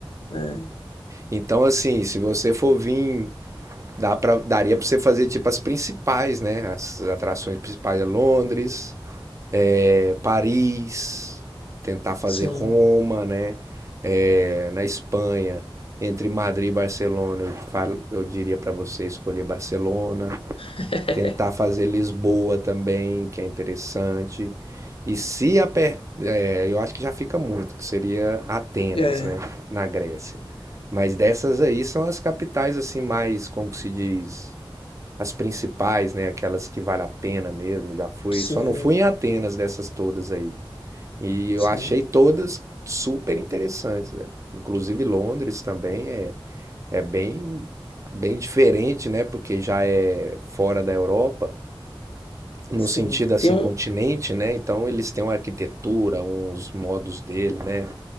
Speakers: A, on the left; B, on the right.
A: né?
B: Então, assim, se você for vir, dá pra, daria para você fazer tipo as principais, né? As atrações principais é Londres, é, Paris, tentar fazer
A: Sim.
B: Roma, né? É, na Espanha, entre Madrid e Barcelona, eu, falo, eu diria para você escolher Barcelona.
A: <laughs>
B: Tentar fazer Lisboa também, que é interessante. E se aper... é, eu acho que já fica muito, que seria Atenas,
A: É,
B: né, na Grécia. Mas dessas aí são as capitais assim mais, como que se diz, as principais, né, aquelas que vale a pena mesmo. Já fui,
A: sim,
B: só não fui em Atenas dessas todas aí. E eu
A: sim,
B: achei todas super interessantes, velho. Inclusive Londres também é é bem bem diferente, né, porque já é fora da Europa no
A: sim.
B: sentido assim,
A: Tem um,
B: continente, né? Então eles têm uma arquitetura, uns modos dele, né?